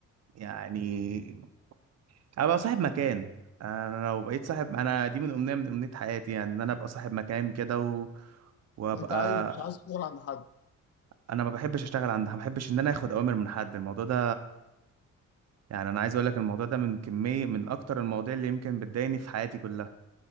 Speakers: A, on the right; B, on the left.
A: يعني ابقى صاحب مكان انا لو بقيت صاحب انا دي من امنية من امنية حياتي يعني ان انا ابقى صاحب مكان كده و... وابقى
B: انت عايز مش عايز تشتغل عند حد
A: انا ما بحبش اشتغل عندها ما بحبش ان انا اخد اوامر من حد الموضوع ده يعني انا عايز اقول لك الموضوع ده من كمية من اكتر المواضيع اللي يمكن بتضايقني في حياتي كلها